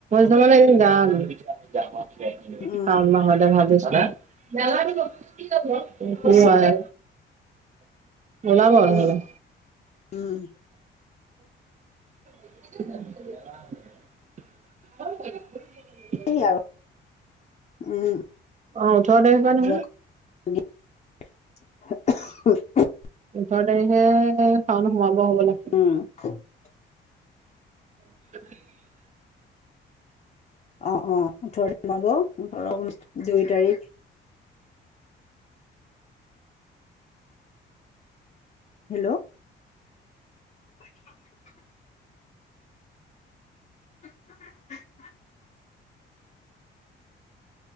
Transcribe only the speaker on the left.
উম
গৈছিলোঁ
উম উম।
এই আৰু উম।
যোৱা <unintelligible>
<unintelligible>
অ', অ', ওঠৰ তাৰিখ সোমাব ওঠৰ দুই তাৰিখ হেল্ল'। <inaudible> <inaudible>